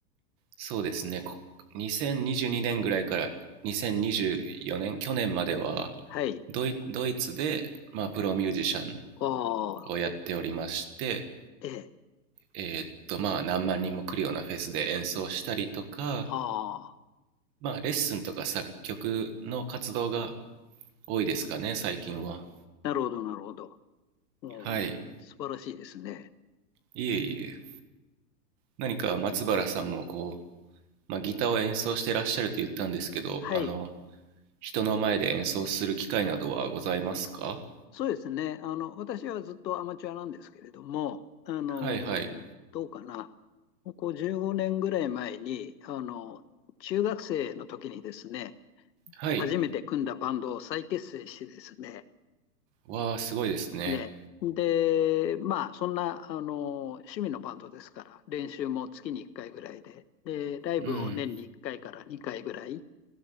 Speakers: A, on the right (about 25°); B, on the left (about 85°).
A: そうですね、こ2022年ぐらいから2024年、去年までは
B: はい。
A: ドイ、ドイツで、まあ、プロミュージシャン
B: ああ、
A: をやっておりまして、
B: ええ、
A: えーっと、まあ、何万人も来るようなフェスで演奏したりとか、
B: ああ、
A: まあ、レッスンとか作曲の活動が多いですかね、最近は。
B: なるほど、なるほど。うん、
A: はい。
B: 素晴らしいですね。
A: いえいえ。何か松原さんもこう、まあ、ギターを演奏してらっしゃると言ったんですけど、
B: はい。
A: あの、人の前で演奏する機会などはございますか
B: そうですね。あの、私はずっとアマチュアなんですけれども、あの、
A: はいはい。
B: どうかな。ここ15年ぐらい前に、あの、中学生の時にですね、
A: はい。
B: 初めて組んだバンドを再結成してですね、
A: わあ、すごいですね。
B: ねで、まあ、そんな、あの、趣味のバンドですから、練習も月に1回ぐらいで、で、ライブを年に1回かいから2回ぐらい
A: うん。